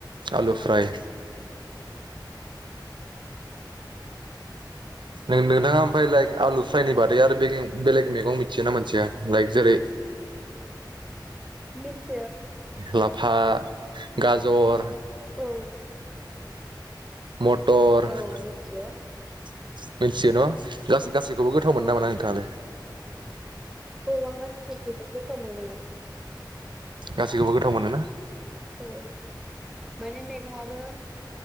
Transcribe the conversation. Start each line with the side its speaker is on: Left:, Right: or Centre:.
Right: आलु
Centre: औ
Right: फ्राय नों-नोंथाङा ओमफाय लाइक आलु फ्रायनि बादै आरो बेगें- बेलेग मैगं मिथियो ना मिथिया लाइक जेरै
Centre: मिथि
Right: लाफा गाजर
Centre: औ
Right: मटर मिनथियो
Centre: औ मिथियो
Right: न'? गासै गासै गोथाव मोनो
Centre: औ
Right: ना मोना नोंथाङालाय?
Centre: औ आं गासिबखौबो गोथाव मोनो
Right: गासैखौबो गोथाव मोनोना?
Centre: औ माने मैगंआबो